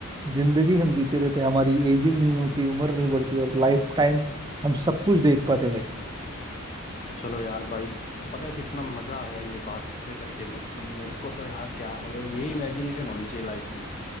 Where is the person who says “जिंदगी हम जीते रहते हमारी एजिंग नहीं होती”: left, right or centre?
Right